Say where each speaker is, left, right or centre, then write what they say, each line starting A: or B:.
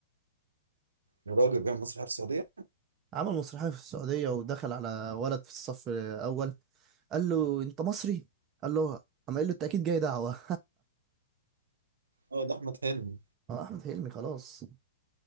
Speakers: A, on the right; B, on the right.
A: الراجل بيعمل مسرح في السعوديه
B: عمل مسرحيه في السعوديه ودخل على ولد في الصف الاول قال له انت مصري قال له قام قال له انت اكيد جاي دعوه
A: اه ده احمد حلمي
B: اه احمد حلمي خلاص